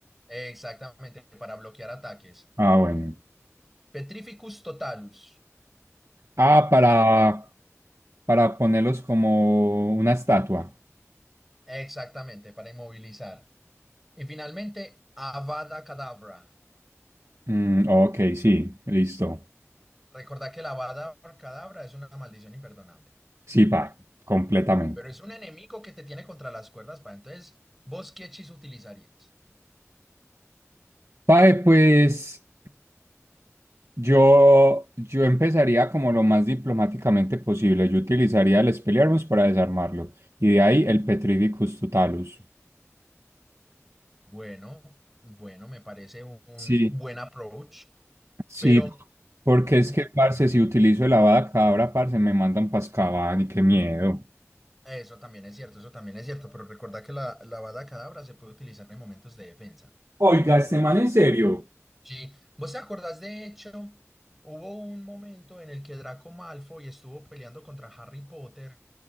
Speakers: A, in the centre; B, on the right.
A: Exactamente, para bloquear ataques.
B: Ah, bueno.
A: Petrificus totalus.
B: Ah, para,
A: Lo te-
B: para ponerlos como una estatua.
A: Exactamente, para inmovilizar. Y finalmente, Avada Kedavra.
B: Mm, ok, sí, listo.
A: Recordad que la Avada Kedavra es una maldición imperdonable,
B: Sí, pa, completamente.
A: pero es un enemigo que te tiene contra las cuerdas. Para entonces, ¿vos qué hechizo utilizarías?
B: Pae, pues. Yo, yo empezaría como lo más diplomáticamente posible. Yo utilizaría el Expelliarmus para desarmarlo y de ahí el Petrificus Totalus.
A: Bueno, bueno, me parece un, un
B: Sí,
A: buen approach,
B: sí,
A: pero
B: Porque es
A: ujú,
B: que, parce, si utilizo el Avada Kedavra, parce, me mandan pascaban y qué miedo.
A: eso también es cierto, eso también es cierto. Pero recuerda que la, la Avada Kedavra se puede utilizar en momentos de defensa.
B: Oiga, este man en serio.
A: Sí, ¿vos te acordás de hecho? Hubo un momento en el que Draco Malfoy estuvo peleando contra Harry Potter,